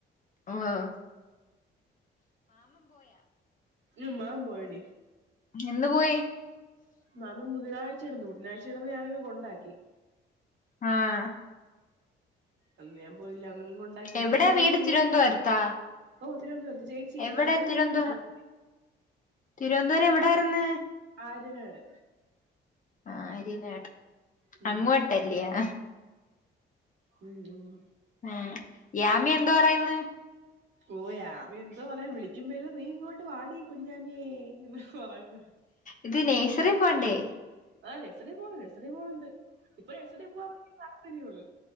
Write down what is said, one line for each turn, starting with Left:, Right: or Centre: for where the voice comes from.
Left: ആഹ്
Right: ഉം മ് അവൻ പോയെടി
Left: എന്ന് പോയി
Right: മാമൻ ബുധാഴ്ച ഇടന്ന് ബുധനാഴ്ച ഇടന്ന് ഞാനിങ് കൊണ്ടാക്കി
Left: ആഹ്
Right: അന്ന് ഞാൻ പോയില്ല അന്ന് ഉണ്ടാക്കിട്ട്
Left: എവിടാ
Right: ഞാൻ
Left: വീട്
Right: അന്ന്
Left: തിരുവനന്തപുരത്താ
Right: ഓ ഒത്തിരി ഒന്ന് ചീ
Left: എവിടെ
Right: <unintelligible>
Left: തിരുവനന്ത തിരുവനന്തപുരം എവിടെയാരിന്ന്
Right: ആര്യനാട്
Left: ആഹ ആര്യനാട്
Right: ഉം
Left: അങ്ങോട്ടല്ലയാ
Right: മ് മ്മ്
Left: ആഹ യാമി എന്തോ പറയന്ന്
Right: ഓ യാമി എന്തോ പറയാൻ വിളിക്കുമ്പോല്ല നീ ഇങ്ങോട്ട് വാടി കുഞ്ഞാനേ എന്ന പറയന്ന്
Left: ഇത് നേഴ്സറി പോവണ്ടേ
Right: ആഹ് നഴ്സറി പോണ് നഴ്സറി പോണണ്ട് ഇപ്പൊ നഴ്സറി പോകാൻ വലിയ താല്പര്യമാണ്